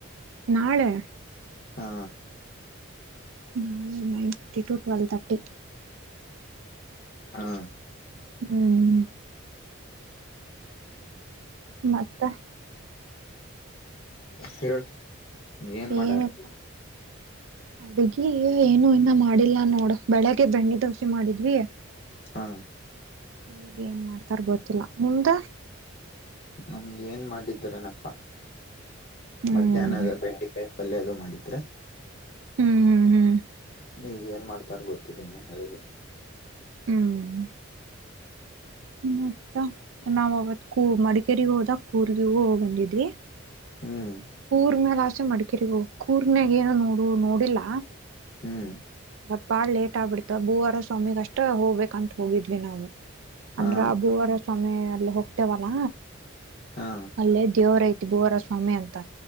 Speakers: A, on the right; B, on the left.
A: ನಾಳೆ
B: ಹಾ
A: ನಾಳೆ nine thirty to twelve thirty
B: ಹಾ
A: ಹ್ಮ್ ಮತ್ತೆ
B: ಹೇಳ ಏನ್ ಮಾಡ್ಯಾರ
A: ಏನಿಲ್ಲ ಅಡ್ಗಿ ಏನು ಇನ್ನ ಮಾಡಿಲ್ಲ ನೋಡು ಬೆಳಿಗ್ಗೆ ಬೆಣ್ಣಿದ ಮಾಡಿದ್ವಿ
B: ಹಾ
A: ಈಗ ಏನ್ ಮಾಡ್ತಾರ ಗೊತ್ತಿಲ್ಲ ನಿಮ್ದ
B: ನಮ್ದ್ ಏನ್ ಮಾಡಿದರನಪ್ಪಾ
A: ಹ್ಮ್
B: ಮಧ್ಯಾಹ್ನದ ಬೇಡಿಕೆ ಪಲ್ಯ ಅದುೂ ಮಾಡಿದ್ರೆ
A: ಹ್ಮ್ ಹ್ಮ್ ಹ್ಮ್
B: ಈಗ ಏನ್ ಮಾಡ್ತಾರ ಗೊತ್ತಿಲ್ಲ ಇನ್ನ ಹೇಳಿಲ್ಲ
A: ಹ್ಮ್ ಮತ್ತ ನಾವ ಅವವತ್ ಕೂ ಮಡಿಕೇಗ ಹೋದಾಗ ಕೂರ್ಗಗೂ ಬಂದಿದ್ವಿ
B: ಹ್ಮ್
A: ಕೂರ್ ಮ್ಯಾಲ ಅಷ್ಟೆ ಮಡ್ಕಿರಿೋಗ ಕೂರ್ ಮ್ಯಾಗ ಏನ ನೋಡು ನೋಡಿಲ್ಲ
B: ಹ್ಮ್
A: ಮತ್ ಬಾಳ ಲೇಟ್ ಆಗ್ಬಿಡ್ತ ಭೂವಾರ ಸ್ವಾಮಿಗ್ ಅಷ್ಟ ಹೋಗ್ಬೇಕಂತ ಹೋಗಿದ್ವಿ ನಾವವು
B: ಹಾ
A: ಅಂದ್ರ ಅಬೂವರ ಸ್ವಾಮಿ ಅಲ್ಲಿ ಹೋಗ್ತೇವಲ್ಲ
B: ಹಾ
A: ಅಲ್ಲೇ ದೇವರೈತಿ ಭುವರ ಸ್ವಾಮಿ ಅಂತ